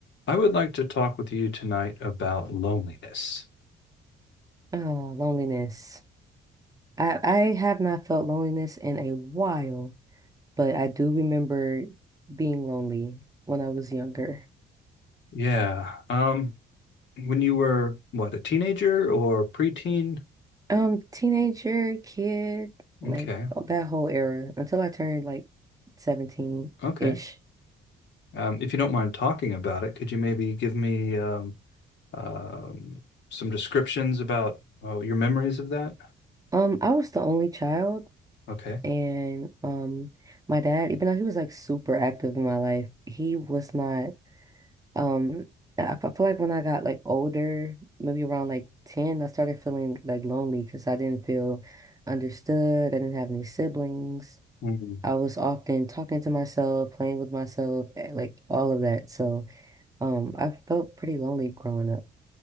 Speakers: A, on the left (about 65°); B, on the right (about 15°).
A: I would like to talk with you tonight about loneliness.
B: Oh, loneliness. I I have not felt loneliness in a while, but I do remember being lonely when I was younger.
A: Yeah. Um, when you were what, a teenager or preteen?
B: Um, teenager, kid, like
A: Okay.
B: oh, that whole era until I turned like 17-ish.
A: Okay. Um, if you don't mind talking about it, could you maybe give me um, um, some descriptions about uh, your memories of that?
B: Um, I was the only child
A: Okay.
B: and um my dad, even though he was like super active in my life, he was not Um, I, I feel like when I got like older, maybe around like 10, I started feeling like lonely because I didn't feel understood. I didn't have any siblings.
A: Mm,
B: I was often talking to myself, playing with myself, eh, like all of that. So, um, I felt pretty lonely growing up.